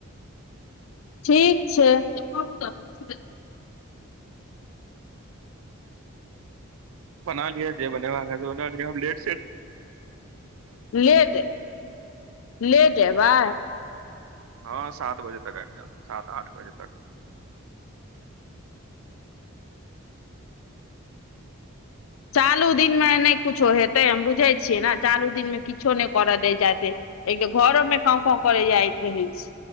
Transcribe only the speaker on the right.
बना लिय जे बनेबाका हेत बना लिय हम लेट से
हँ सात बजे तक आइब जायब सात आठ बजे तक